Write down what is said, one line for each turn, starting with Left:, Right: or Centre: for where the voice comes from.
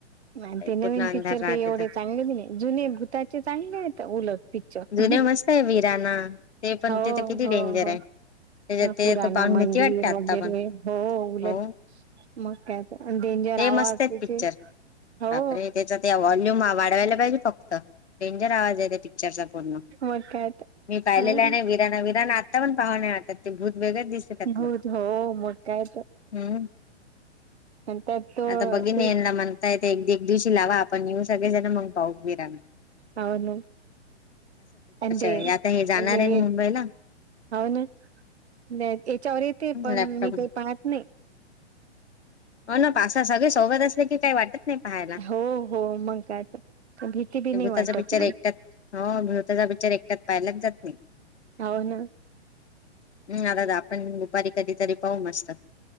Right: आणि ते नवीन
Left: पूर्ण अंधार
Right: पिक्चर
Left: राहते
Right: काही एवढे
Left: तर
Right: चांगले नाही जुने भूताचे चांगले आहेत तर उलट पिक्चर
Left: जुने मस्त आहे वीराना ते पण
Right: हो
Left: तिथं किती
Right: हो
Left: डेंजर
Right: हो
Left: आहे त्याच्यात ते
Right: पुराना
Left: तर पाहून
Right: मंदिर
Left: भीती वाटते आता
Right: वगैरे
Left: पण
Right: हो उलट
Left: हो
Right: मग त्यात अन् डेंजर
Left: ते
Right: आवाज
Left: मस्त आहेत
Right: त्याचे
Left: पिक्चर
Right: हो
Left: बापरे त्याचा त्या वॉल्यूम वाढवायला पाहिजे फक्त डेंजर आवाज आहे त्या पिक्चरचा पूर्ण
Right: मग काय तर
Left: मी पाहिलेला
Right: हा
Left: आहे नाही विराना विराणा आत्ता पण पाह नाही वाटात ते भूत वेगळंच दिसते त्यातलं.
Right: हो हो मग काय
Left: हम्म
Right: तर त्यात तो
Left: आता बघिन यांना
Right: एक
Left: म्हणता येत एक एक दिवशी लावा आपण येऊ सगळेजण मग पाहू विराना
Right: होन अ अन ते
Left: वेळी आता हे जाणार आहे ना मुंबईला
Right: हो न ते पण
Left: लॅपटॉप
Right: मी काही पाहत नाही
Left: हो ना कसं सगळे सोबत असले की काही वाटत नाही पहायला
Right: हो हो मग काय तर भीती बी नाही
Left: भूताचा
Right: वाटत
Left: पिक्चर
Right: मग
Left: एकट्यात हो भूताचा पिक्चर एकट्यात पाहिलाच जात नाही
Right: हो ना
Left: हम् दादा आपण दुपारी कधीतरी पाहू मस्त